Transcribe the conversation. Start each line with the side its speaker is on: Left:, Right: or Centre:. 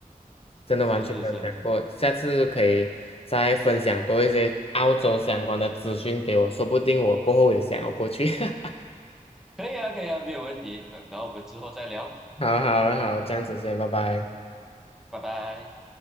Centre: <laughs>
Left: 真的完全没有想过，
Centre: 是是是，
Left: 下次可以再分享多一些澳洲相关的资讯给我，说不定我过后也想要过去。<laughs>
Centre: 可以啊可以啊，没有问题。然然后我们之后再聊。
Left: 好好好，这样子先，拜拜。
Centre: 嗯，拜拜。